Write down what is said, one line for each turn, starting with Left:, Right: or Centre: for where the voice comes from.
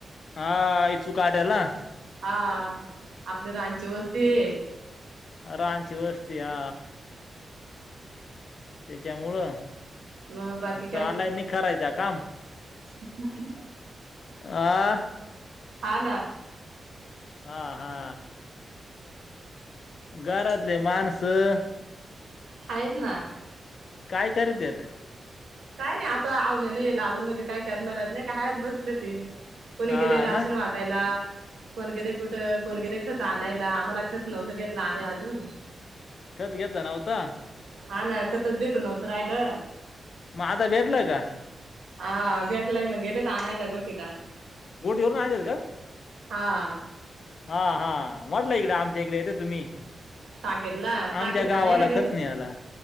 Left: हा, इचू काटला.
Right: हा, आपली रांनची वस्तीये.
Left: रांची वस्ती हा. त्याच्यामुळं
Right: मग बाकी
Left: झालाय नाही खरायच काम.
Right: ह <unintelligible>
Left: आ
Right: हा ना.
Left: हा हा. घरातले माणसं
Right: हायत ना.
Left: काय करीत्यात?
Right: काय नाय आता आवन नाही येला अजून म्हणजे काय करणार नाही कायत बसले ते- कोणी
Left: हा
Right: गेले राशन
Left: ना
Right: वाटायला कोणगैरे कुठं कोणगैरे खत आणायला आम्हाला खत नव्हतं घेतला आम्ही अजून
Left: खत घेतलं नव्हतं.
Right: हा ना खतच भेटू नव्हत राहिलं.
Left: मग, आता भेटलंय का?
Right: हा, भेटलाय मग गेलेत आणायला गोटीला.
Left: गोटि वरूनआणलेत का?
Right: हा
Left: हा हा म्हटलं इकडें आमच्या इकडे येतं तुम्ही
Right: टाकेदला टाकेदला
Left: आमच्या गावाला
Right: नाही ना भेटत
Left: खत नाय आला.